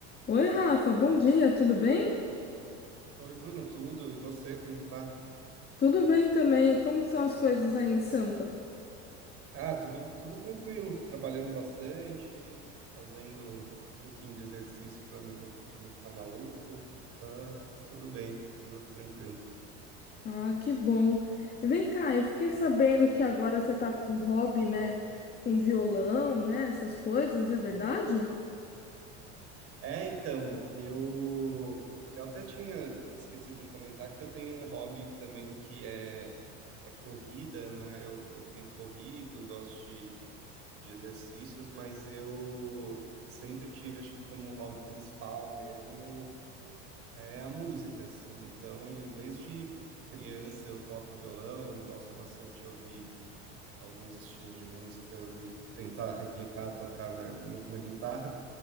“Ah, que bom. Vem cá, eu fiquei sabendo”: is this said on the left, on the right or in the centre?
Left